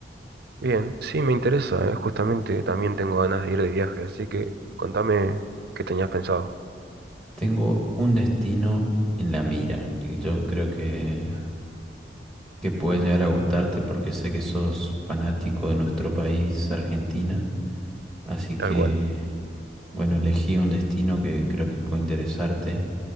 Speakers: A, on the right; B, in the centre.
A: Bien, sí, me interesa, eh, Justamente también tengo ganas de ir de viaje, así que contame qué tenías pensado.
B: Tengo un destino en la mira y yo creo que, que puede llegar a gustarte porque sé que sos fanático de nuestro país, Argentina. Así que,
A: Tal cual.
B: bueno, elegí un destino que creo que puede interesarte